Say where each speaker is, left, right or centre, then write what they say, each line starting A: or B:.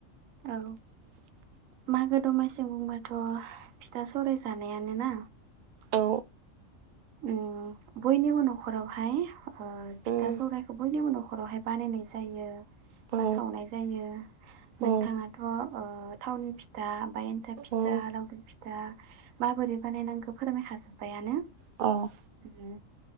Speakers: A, on the right (about 85°); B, on the right (about 55°).
A: औ मागो दमासिम बुंबाथ' फाथा सौराय जानायानो ना
B: औ
A: उम बयनिबो नखरावहाय ओ फिथा
B: उम
A: सौराइखौ बयनिबो न' नखरावहाय बानायनाय जायो
B: औ
A: बा सावनाय जायो
B: औ
A: नोंथाङाथ' ओ ओ थावनि फिथा आमफाय एनथाब फिथा
B: औ
A: लावदुम फिथा था माबोरै बानायनांगौ फोरमाय खाजोबबायानो
B: औ
A: उम